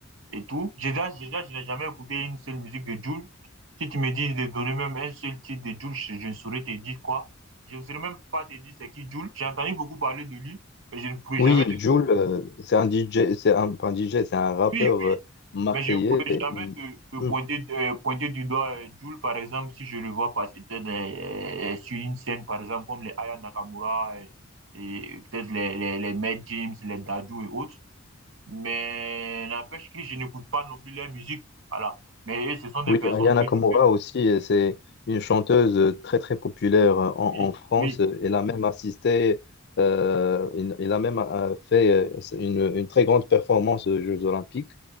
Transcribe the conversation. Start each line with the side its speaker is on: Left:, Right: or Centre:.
Right: et tout, j'ai déjà, j'ai déjà, je n'ai jamais écouté une seule musique de Jules. Si tu me dis de donner même un seul titre de Jules, je, je ne saurais te dire quoi. Je ne saurais même pas te dire c'est qui Jules. J'ai entendu beaucoup parler de lui, mais je ne pourrais
Left: oui
Right: jamais te... dire.
Left: Jul euh, c'est un DJ c'est un pas un DJ c'est un rappeur
Right: Oui, oui,
Left: euh, marseillais
Right: Mais je ne pourrais jamais
Left: Il-
Right: te, te
Left: hum,
Right: pointer, euh, pointer du doigt euh, Jul, par exemple, si je le vois passer peut-être euh, euh, sur une scène, par exemple, comme les Aya Nakamura euh, et, peut-être les, les, les Mad James, les Dadju et autres. Mais n'empêche que je n'écoute pas non plus leur musique. Voilà. Mais eux, ce sont des
Left: Oui,
Right: personnes
Left: Aya Nakamura
Right: que je peux...
Left: aussi, euh, c'est une chanteuse euh, très très populaire euh, en,
Right: Oui,
Left: en France.
Right: oui,
Left: Euh, Elle a même assisté, euh, elle elle a même euh, fait euh, une, une très grande performance aux Jeux Olympiques.